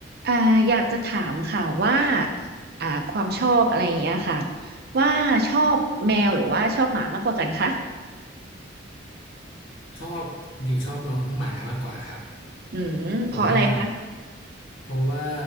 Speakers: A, on the right (about 55°); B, on the left (about 75°).
A: อ่าอยากจะถามค่ะว่าอ่าความชอบอะไรอย่างเงี้ยค่ะว่าชอบแมวหรือว่าชอบหมามากกว่ากันคะ
B: ชอบจริงๆชอบน้องหมามากกว่าครับ
A: อืมเพราะอะไรคะ
B: เพราะว่าเพราะว่า